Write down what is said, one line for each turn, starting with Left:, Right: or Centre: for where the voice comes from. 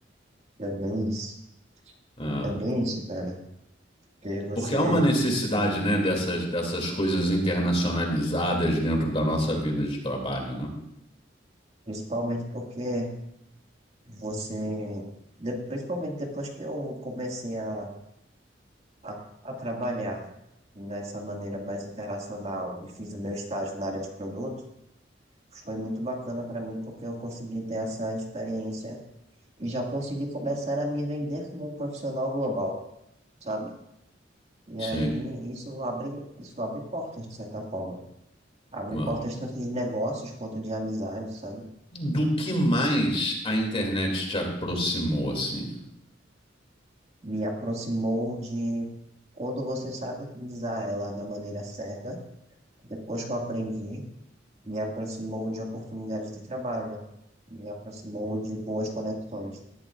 Right: É bem isso.
Left: Ah.
Right: É bem isso, cara. Porque você,
Left: Porque há uma necessidade, né, dessas, dessas coisas internacionalizadas dentro da nossa vida de trabalho, né?
Right: principalmente porque Você, de- principalmente depois que eu comecei a, a, a trabalhar nessa maneira mais internacional e fiz o meu estágio na área de produto, foi muito bacana para mim porque eu consegui ter essa experiência e já consegui começar a me vender como um profissional global, sabe? E
Left: Sim.
Right: aí isso abre, isso abre portas, de certa forma. Abre
Left: Ah.
Right: portas tanto de negócios quanto de amizade, sabe?
Left: Do que mais a internet te aproximou, assim?
Right: Me aproximou de quando você sabe utilizar ela da maneira certa Depois que eu aprendi, me aproximou de oportunidades de trabalho, me aproximou de boas conexões,